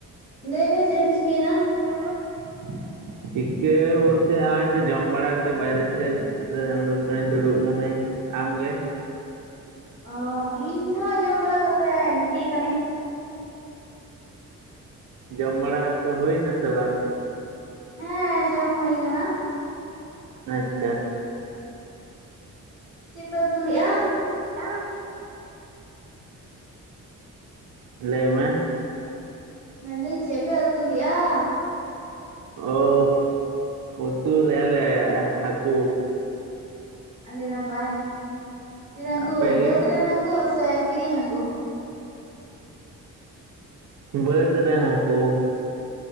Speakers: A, on the right; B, on the right.
A: ᱞᱟᱹᱭ ᱢᱮ ᱪᱮᱫ ᱮᱢ ᱪᱤᱠᱟᱹᱭᱫᱟ?
B: <unintelligible> ᱪᱤᱠᱟᱹ ᱵᱚᱞᱛᱮ ᱟᱜᱭ-ᱜᱚᱭ ᱛᱚ ᱡᱚᱢ ᱵᱟᱲᱟ ᱠᱟᱛᱮ ᱵᱟᱭᱨᱮ ᱥᱮᱫ ᱨᱮ ᱩᱰᱩᱠ ᱟᱠᱟᱱᱟᱹᱧ ᱫᱩᱲᱩᱵ ᱠᱟᱱᱟᱹᱧ᱾ ᱟᱢ ᱜᱮ?
A: ᱚᱻ ᱤᱧ ᱦᱚᱸ ᱡᱚᱢ ᱵᱟᱲᱟ ᱠᱟᱛᱮ ᱜᱤᱛᱤᱡ ᱠᱟᱱᱟᱹᱧ᱾
B: ᱡᱚᱢ ᱵᱟᱲᱟ ᱠᱚ ᱦᱩᱭ ᱱᱟ ᱥᱮ ᱵᱟᱝ?
A: ᱦᱮᱸ ᱡᱚᱢ ᱦᱳᱭ ᱠᱟᱱᱟ᱾
B: ᱟᱪᱪᱷᱟ᱾
A: ᱪᱮᱫ ᱯᱮ ᱩᱛᱩ ᱞᱮᱫ-ᱟ?
B: <unintelligible> ᱞᱟᱹᱭ ᱢᱮ
A: ᱢᱮᱱᱫᱟᱹᱧ ᱪᱮᱫ ᱯᱮ ᱩᱛᱩ ᱞᱮᱫ-ᱟ?
B: ᱚᱳ ᱩᱛᱩ ᱞᱮᱜ ᱼᱟ ᱞᱮ ᱦᱟᱹᱠᱩ᱾
A: ᱟᱹᱰᱤ ᱱᱟᱯᱟᱭ, ᱪᱮ ᱱᱩᱠᱩ
B: ᱟᱯᱮ ᱜᱮ
A: ᱨᱮᱱ ᱥᱮ ᱠᱤᱨᱤᱧ ᱦᱟᱹᱠᱩ
B: ᱵᱟᱹᱫᱽ ᱨᱮᱱᱟ ᱦᱟᱹᱠᱳ᱾